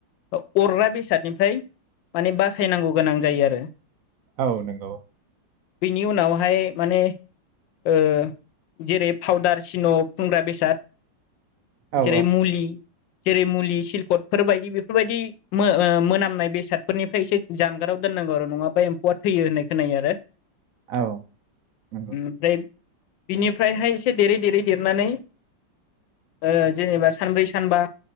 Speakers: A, on the left; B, on the right.
A: अरग्रा बेसादनिफ्राय माने बासायनांगौ गोनां जायो आरो <unintelligible>
B: औ नोंगौ
A: बिनि उनावहाय माने ओ जेरै पावदार सिन सुंग्रा बेसाद
B: औ
A: जेरै मुलि जेरै मुलि सिलकटफोर बायदि बेफोरबायदि ओ मोनामनाय बेसादफोरनिफ्राय एसे जानगाराव दोन होनांगौ आरो नङाबा एम्फौआ थैयो होननाय खोनायो आरो।
B: औ नंगौ
A: ओमफ्राय बिनिफ्रायहाय एसे देरै देरै देरनानै ओ जेनेबा सानब्रै सानबा